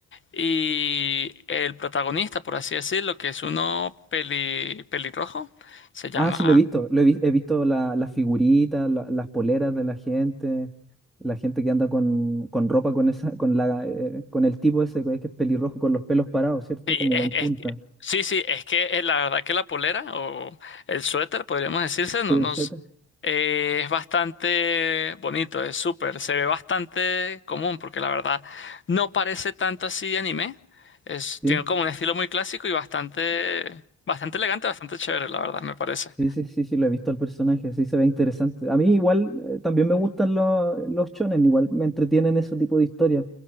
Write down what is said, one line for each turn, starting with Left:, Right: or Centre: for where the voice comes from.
Left: y el protagonista, por así decirlo, que es uno peli, pelirrojo, se llama...
Centre: Ah, sí, lo he visto. Lo he, vi- he visto la- las figuritas, la- las poleras de la gente, la gente que anda con, con ropa con esa, con la, eh, con el tipo ese que es pelirrojo con los pelos parados, ¿cierto?
Left: Sí,
Centre: Como
Left: es,
Centre: en
Left: es
Centre: punta.
Left: que- sí, sí, es que eh, la verdad que la polera o el suéter, podríamos decirse, no,
Centre: Sí, el
Left: nos,
Centre: suéter.
Left: eh, es bastante bonito, es súper, se ve bastante común porque la verdad no parece tanto así de anime, es,
Centre: ¿sí?
Left: tiene como un estilo muy clásico y bastante, bastante elegante, bastante chévere, la verdad, me parece.
Centre: Sí, sí, sí, sí, lo he visto al personaje, sí se ve interesante. A mí igual eh, también me gustan los los chones igual me entretienen ese tipo de historias.